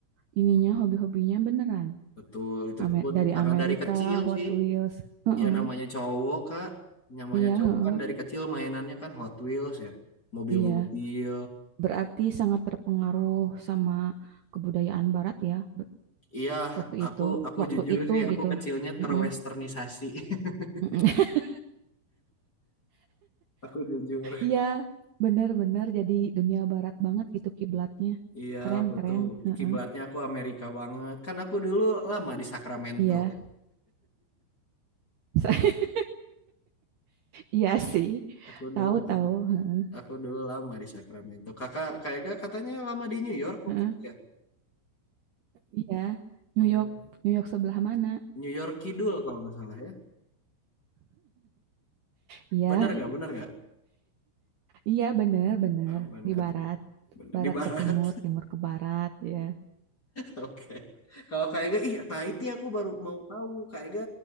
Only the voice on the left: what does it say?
Hmm,
Betul, itu
pun
karena
dari kecil
sih.
Ya namanya cowok Kak, namanya
cowok
kan dari kecil mainannya kan Hot Wheels ya, mobil-mobil.
Iya,
aku
aku
jujur
sih, aku
kecilnya terwesternisasi.
<laughs>
Aku jujur.
Iya,
aku
tuh
kiblatnya aku Amerika banget. Kan aku dulu lama di Sacramento.
Aku
dulu lama,
aku dulu lama di Sacramento. Kakak kayaknya katanya lama di New York waktu
itu ya.
Oh,
New York Kidul kalau nggak salah ya.
Benar nggak? Benar nggak?
Eh, Benar.
Benar.
Di barat.
Oke. Kalau Kak Ega, ih, nah itu aku baru mau tahu Kak Ega,